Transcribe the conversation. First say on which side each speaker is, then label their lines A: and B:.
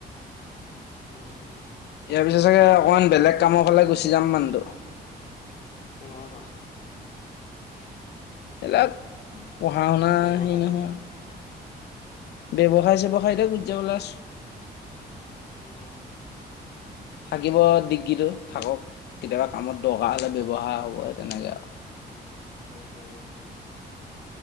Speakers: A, on the left; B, on the left.
A: উম উ।
B: ইয়াৰ পিছত চাগে অকমান বেলেগ কামৰ ফালে গুচি যাম মানুহটো।
A: কেনেকুৱা কাম?
B: <unintelligible> পঢ়া-শুনাৰ
A: ব্যৱসায়
B: হেৰি নহয় আৰু। ব্যৱসায় চেৱসায়তে গুছি যাবলে আছো।
A: উম,
B: থাকিব ডিগ্ৰীটো থাকক। কেতিয়াবা কামত দৰকাৰ
A: উম,
B: হ'লে ব্যৱহাৰ হ'ব। তেনেকে আও।
A: উম উম।